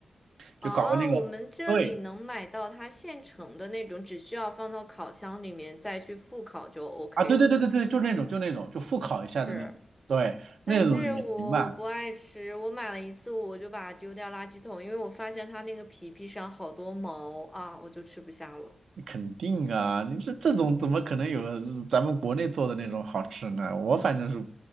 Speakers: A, on the right; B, in the centre.
A: 就搞个那个。
B: 啊。我们这里能买到它现成的那种，
A: 对，
B: 只需要放到烤箱里面再去复烤就 OK
A: 啊，对对对对对，
B: 了的。
A: 就那种就那种就复烤一下的那种，
B: 是，
A: 对，那种也行吧，
B: 但是我不爱吃，我买了一次我就把它丢掉垃圾桶，因为我发现它那个皮皮上好多毛啊，我就吃不下了。
A: 肯定啊，你这这种怎么可能有咱们国内做的那种好吃呢？我反正是